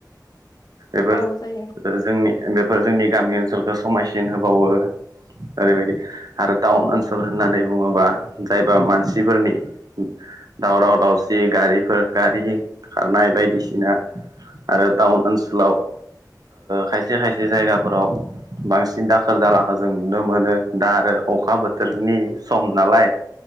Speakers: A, on the right (about 60°); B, on the left (about 65°).
A: एबार
B: औ जायो
A: जोंनि बेफोर जोंनि गामि ओनसोलखौ समायसिन होबावो ओरैबायदि। आरो टाउन
B: औ
A: ओनसोल होननानै बुङोबा जायबा मानसिफोरनि दावराव दावसि गारिफोर गारि खारनाय बायदिसिना आरो टाउन ओनसोलाव खायसे खायसे जायगाफोराव बांसिन दाखोर दालाखौ जों नुनो मोनो दा आरो अखा बोथोरनि सम नालाय